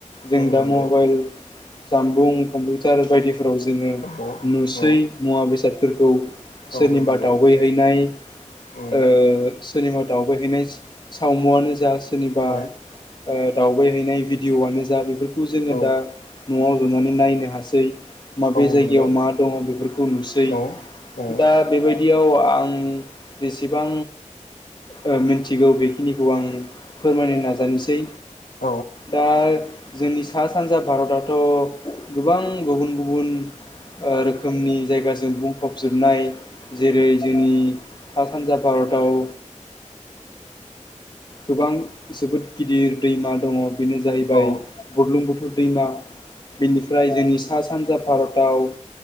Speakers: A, on the left; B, on the left.
A: जों
B: औ
A: दा
B: नंगौ
A: मबाइल जामबुं कम्पिउटार बायदिफोराव जोङो
B: औ
A: नुसै
B: औ
A: मुवा बेसादफोरखौ।
B: औ
A: सोरनिबा
B: नंगौ
A: दावबायहैनाय
B: औ
A: ओ सोरनिबा दावबायहैनाय सावमुआनो जा सोरनिबा
B: औ
A: ओ दावबाय हैैनाय भिडिअ'आनो जा बेफोरखौ जोङो
B: औ नंगौ औ
A: दा न'आव जनानै नायनो हासै। माबे
B: औ
A: जायगायाव
B: नंगौ
A: मा दङ बेफोरखौ नुसै।
B: औ औ औ
A: दा बेबायदियाव आं जेसेबां ओ मिनथिगौ बेखिनिखौ आं फोरमायनो नाजानोसै।
B: औ
A: दा जोंनि सा सानजा भारतावथ' गोबां गुबुन गुबुन रोखोमनि जायगाजों बुंफबजोबनाय। जेरै जोंनि सा सानजा भारताव। गोबां जोबोद गिदिर दैमा दङ बेनो जाहैबाय
B: औ
A: बुरलुं बुथोर दैमा। बेनिफ्राय जोंनि सा सानजा भारताव।